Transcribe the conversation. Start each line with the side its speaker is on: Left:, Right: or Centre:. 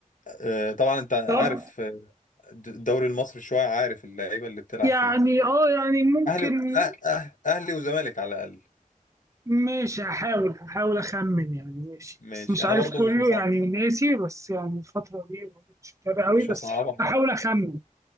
Left: آه، طبعا انت عارف
Right: طب
Left: آه، الد- الدوري المصري شويه عارف اللعيبه اللي بتلعب
Right: يعني
Left: فيه
Right: اه يعني ممكن
Left: اهلي و- أه- أه- اهلي وزمالك على الاقل
Right: ماشي هحاول هحاول اخمن يعني ماشي
Left: ماشي
Right: بس مش عارف
Left: انا برضو
Right: كله
Left: مش هصعب
Right: يعني ناسي بس يعني الفترة دي برضه مش متابع قوي
Left: مش
Right: بس
Left: هصعبها
Right: هحاول اخمن